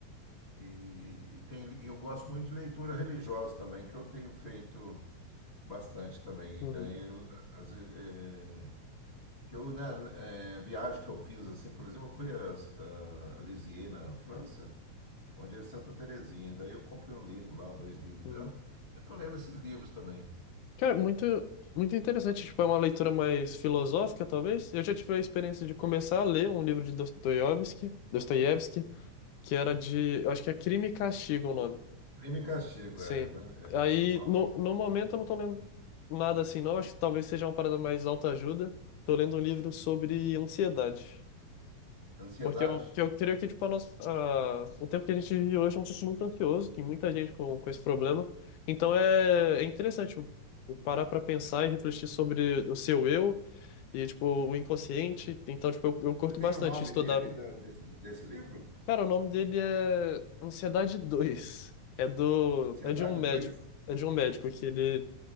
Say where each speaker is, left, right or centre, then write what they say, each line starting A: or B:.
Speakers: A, on the left; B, on the left.
A: e, e tem, eu gosto muito de leitura religiosa também, que eu tenho feito bastante também.
B: uhum.
A: Daí, eu, às ve- é, que eu, né, é, viagem que eu fiz, assim, por exemplo, eu fui a, a Lisieux, na França, onde é Santa Terezinha. Daí eu comprei um livro lá, dois livros
B: uhum.
A: dela. Eu tô lendo esses livros também.
B: Cara, muito, muito interessante. Tipo, é uma leitura mais filosófica, talvez. Eu já tive a experiência de começar a ler um livro de Dostoiévski, Dostoiévski, que era de, eu acho que é Crime e Castigo o nome.
A: Crime e Castigo,
B: Sim.
A: é, é
B: Aí,
A: é uma
B: no, no momento, eu não tô lendo nada assim, não. Acho que talvez seja uma parada mais autoajuda. Tô lendo um livro sobre ansiedade.
A: ansiedade.
B: Porque eu, que eu creio que tipo, a nossa, a- o tempo que a gente vive hoje é um tempo muito ansioso, tem muita gente com, com esse problema. Então é, é interessante tipo, parar para pensar e refletir sobre o seu eu e tipo, o inconsciente. Então, tipo, eu, eu curto
A: Você tem
B: bastante
A: o nome
B: estudar.
A: dele, da- desse, desse livro?
B: Cara, o nome dele é Ansiedade dois É do,
A: Ansiedade
B: é de um médico.
A: dois
B: É de um médico que ele,